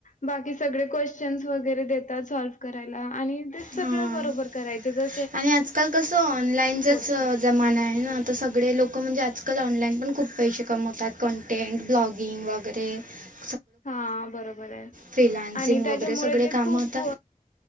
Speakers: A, on the left; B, on the right.
A: बाकी सगळे क्वेश्चन वगैरे देतात सॉल्व करायला आणि ते सगळं
B: हां
A: बरोबर करायचे जर
B: आणि आजकाल कसं ऑनलाईनचच
A: होतो
B: जमाना आहे ना आता सगळे लोकं म्हणजे आजकाल ऑनलाईन पण खूप पैसे कमवतात कंटेन्ट ब्लॉगिंग वगैरे. ते
A: हा बरोबर आहे
B: फ्रीलान्सिंग
A: आणि त्याच्यामुळे
B: वगैरे सगळे
A: ते
B: कामं
A: खूप
B: आता